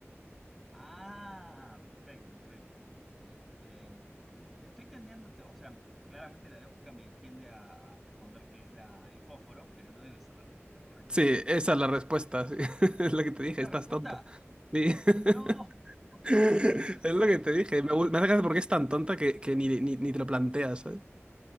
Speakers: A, in the centre; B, on the right.
A: Ah, perfecto, perfecto. Eh, estoy tendiendo, o sea, claramente la lógica me tiende a, a responder que es la, el fósforo, pero no debe ser la respuesta correcta
B: Sí,
A: porque sería
B: esa
A: demasiado
B: es la respuesta,
A: sencillo.
B: sí. <laughs> Es lo que te dije,
A: ¿Es la
B: estás
A: respuesta?
B: tonta. Sí. <laughs>
A: No, <laughs> es
B: Es
A: muy bueno, es
B: lo que
A: obvio.
B: te dije, me, gu- me hace gracia porque es tan tonta que, que ni, ni, ni te lo planteas, ¿sabes?